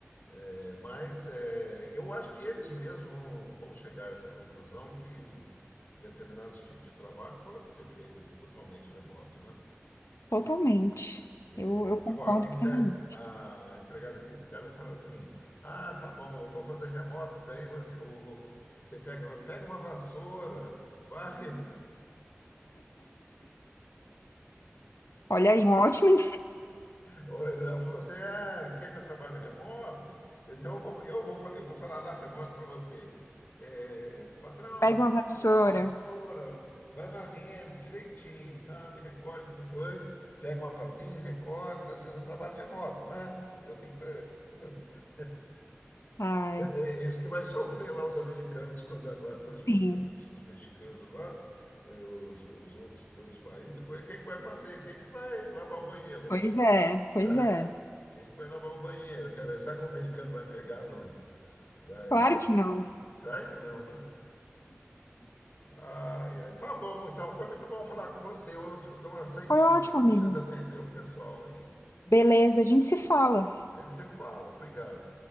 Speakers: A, on the left (about 40°); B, on the left (about 85°).
A: é, mas é, eu acho que eles mesmos vão, vão chegar a essa conclusão que determinados tipos de trabalho pode ser feito totalmente remoto, né?
B: totalmente.
A: É,
B: Eu, eu concordo
A: agora, tem
B: plenamente.
A: que a empregada aqui de cara fala assim: Ah, tá bom, eu vou fazer remoto, daí você, eu vou- você pega, pega uma vassoura, varre
B: Olha aí, um ótimo. <laughs>
A: Ou Ela falou assim: ah, quer que eu trabalhe remoto? Então eu vou, eu vou, fa- eu vou falar lá remoto para você. É, patrão,
B: Pega uma vassoura.
A: tem uma vassoura, vai varrendo direitinho, tá? Recolhe depois, pega uma pazinha, recolhe. Fala assim: eu trabalho remoto, né? Eu tenho que. tra- <laughs>
B: Ai,
A: É, é isso que vai sofrer lá os americanos quando agora estão expulsando
B: sim.
A: os os mexicanos lá, é, os, os outros de outros países. Depois, quem que vai fazer? Quem que vai lavar o banheiro
B: Pois
A: lá?
B: é, pois
A: né?
B: é.
A: Quem que vai lavar o banheiro? Quer ver? Será que o americano vai pegar no. Vai.
B: Claro que não.
A: Claro que não, né? Ai, ai. Tá bom, então. Foi muito bom falar com você. Eu dou uma saidinha.
B: Foi ótimo, amigo.
A: Preciso atender um pessoal aí.
B: Beleza, a gente se fala.
A: A gente se fala. Obrigado.